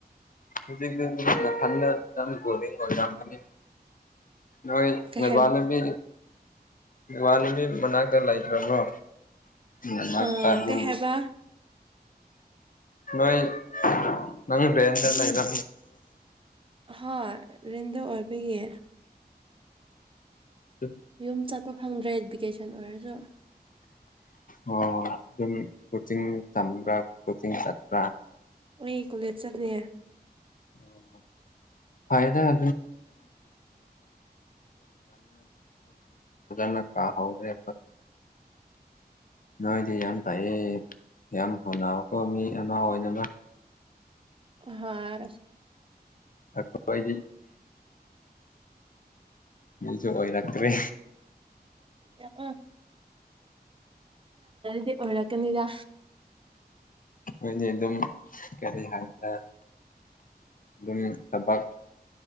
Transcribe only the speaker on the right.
ꯀꯩ
ꯍꯥꯏ
ꯑ
ꯀꯩ ꯍꯥꯏꯕ
ꯍꯥ ꯔꯤꯟꯗ ꯑꯣꯏꯕꯒꯤ
ꯌꯨꯝ ꯆꯠꯄ ꯐꯪꯗ꯭ꯔꯦ ꯚꯦꯀꯦꯁꯟ ꯑꯣꯏꯔꯁꯨ
ꯑꯩ ꯀꯣꯂꯦꯖ ꯆꯠꯂꯦ
ꯍꯥ
ꯑꯥ ꯗꯤ ꯑꯣꯂꯀꯅꯤꯗꯥ